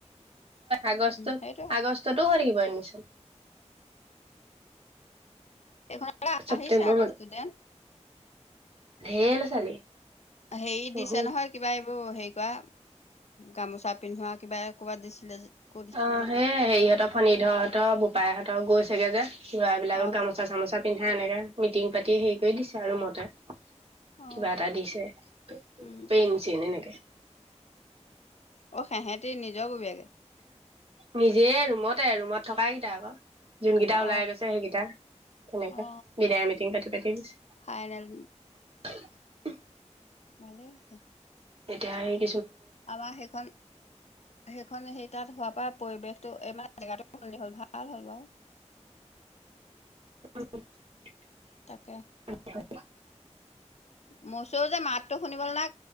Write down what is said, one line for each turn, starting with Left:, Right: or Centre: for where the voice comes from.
Right: আগষ্টত
Left: সেইটোৱে।
Right: আগষ্টতো হৈ থাকিব এডমিশন
Left: এইখন
Right: ছেপ্তেম্বৰ
Left: আহিছে আকৌ ষ্টুডেন
Right: ধেই লৰা ছোৱালী
Left: হেৰি
Right: বহুত
Left: দিছে নহয় কিবা- ত হেৰি কৰা গামোচা পিন্ধোৱা কিবা ক'বাত দিছিলে- ক'ত দিছিলে
Right: অ সেই হেৰিহঁতৰ ফণ ধৰ সহতৰ পায়হঁতক গৈছোগৈ যে- গোৱ বিলাকক
Left: অ অ
Right: গামোচা চামোচা পিন্ধা আনেগে - মিটিং পাতি হেৰি কৰি দিছে ৰুমতে-
Left: অ
Right: কিবা এটা দিছে
Left: উম
Right: পেইনচন এনেকে-
Left: তেহেঁতি নিজৰ ববিয়াগে
Right: নিজে ৰুমতে ৰুমত থক কেইটা আকৌ- যোনকেইটা
Left: অ
Right: ওলাই গৈছে সেইকেইটা তেনে‌য়।
Left: অ
Right: কে বিদায় মিটিং পাতি পতি দিছে-
Left: ফাইনেল ভালে আছে-
Right: তেতিয়া-
Left: আমাৰ সেইখন সেইখন সেই তাত হোৱাৰ পৰা- পৰিৱেশটো এই মানে জেগাটো খন্দ হল ভাল হ'ল বাৰু-
Right: উ আ
Left: তাকে মচ যে মাতো শুনিবলৈ নাই